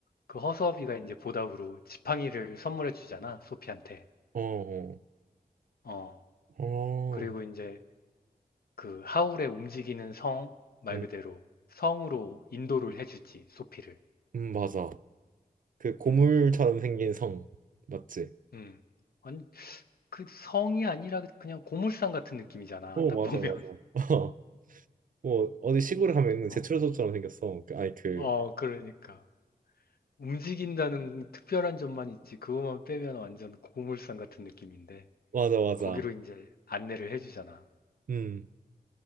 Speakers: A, on the left; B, on the right.
A: 그 허수아비가 이제 보답으로 지팡이를 선물해 주잖아, 소피한테.
B: 어, 어,
A: 어.
B: 어,
A: 그리고 이제 그 하울의 움직이는 성, 말
B: 음,
A: 그대로 성으로 인도를 해주지, 소피를.
B: 음, 맞아. 그 고물처럼
A: 음,
B: 생긴 성 맞지?
A: 음. 아니, 그 성이 아니라 그냥 고물상 같은 느낌이잖아,
B: 어
A: 딱
B: 맞아
A: 보면.
B: 맞아
A: <laughs>
B: <laughs> 어, 뭐 어디 시골에 가면 있는 제철소처럼
A: 어,
B: 생겼어 그, 아니 그
A: 어, 그러니까. 움직인다는 특별한 점만 있지, 그것만 빼면 완전 고물상 같은 느낌인데,
B: 맞아 맞아
A: 거기로 이제 안내를 해주잖아.
B: 음아